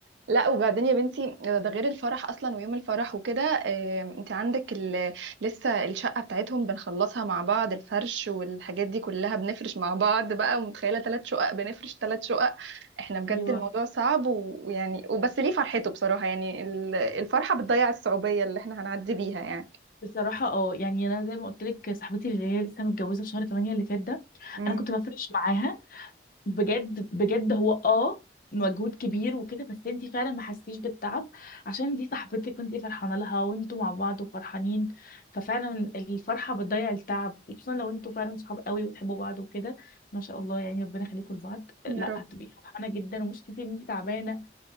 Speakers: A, on the right (about 80°); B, on the left (about 50°).
A: لا وبعدين يا بنتي ده ده غير الفرح اصلا ويوم الفرح وكده آه، انت عندك ال... لسه الشقه بتاعتهم بنخلصها مع بعض الفرش والحاجات دي كلها بنفرش مع بعض بقى ومتخيله ثلاث شقق بنفرش ثلاث شقق احنا بجد
B: ايوه
A: الموضوع صعب و- ويعني وبس ليه فرحته بصراحه يعني ال- الفرحه بتضيع الصعوبيه اللي احنا هنعدي بيها يعني
B: بصراحة اه يعني انا زي ما قلت لك صاحبتي اللي هي لسه متجوزة في شهر 8 اللي فات ده
A: امم
B: انا كنت بفرش معاها بجد بجد هو اه مجهود كبير وكده بس انتي فعلا ما حسيتيش بالتعب عشان دي صاحبتك وانتي فرحانة لها وانتوا مع بعض وفرحانين ففعلا الفرحة بتضيع التعب خصوصا لو انتوا فعلا صحاب قوي وتحبوا بعض وكده ما شاء الله يعني ربنا يخليكم لبعض لا
A: يا رب
B: هتبقي فرحانة جدا ومش كتير ان انتي تعبانة